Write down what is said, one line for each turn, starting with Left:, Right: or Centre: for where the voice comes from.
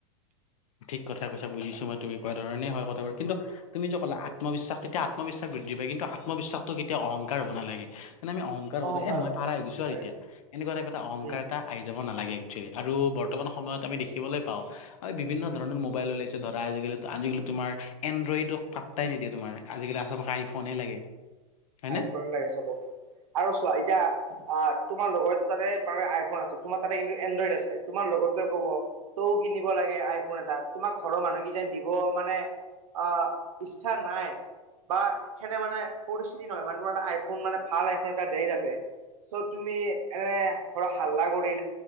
Left: ঠিক কথা কৈছ বুজিছো মই তুমি কোৱা ধৰণে হয় কথাবোৰ কিন্তু তুমি যে ক'লা আত্মবিশ্বাস তেতিয়া আত্মবিশ্বাস বৃদ্ধি পায় কিন্তু আত্মবিশ্বাসটো কেতিয়া অংকাৰ হ'ব নালাগে। মানে আমি অংকাৰ কৰোঁ
Right: অহংকাৰ
Left: এ মই
Right: হ'ব লাগে
Left: পাৰা হৈ গৈছোঁ আৰু
Right: হয়
Left: এতিয়া, এনেকুৱা টাইপ এটা অংকাৰ
Right: উম
Left: এটা আহি যাব। নালাগে একচুৱেলি, আৰু বৰ্তমান সময়ত আমি দেখিবলৈ পাওঁ বিভিন্ন ধৰণৰ মোবাইল ওলাইছে ধৰা, আজিকালি আজিকালি তোমাৰ এনডইডক পাট্টাই নিদিয়ে তোমাৰ আজিকালি চবকে আইফোনে লাগে। হয়
Right: আই
Left: নে?
Right: ফোন লাগে চবকে আৰু চোৱা এতিয়া আহ তোমাৰ লগৰ তাতে আইফোন আছে তোমাৰ তাতে কিন্তু এনড্ৰইড আছে। তোমাৰ লগতোৱে ক'ব টৌ কিনিব লাগে আইফোন এটা। তোমাক ঘৰৰ মানুহ কি যেন দিব মানে আহ ইচ্ছা নাই। বা সেনে মানে পৰিস্থিতি নহয় মানে তোমাৰটা আইফোন মানে ভাল আইফোন এটা দেৰ যাতে। চ' তুমি এনে ঘৰৰ হাল্লা কৰি।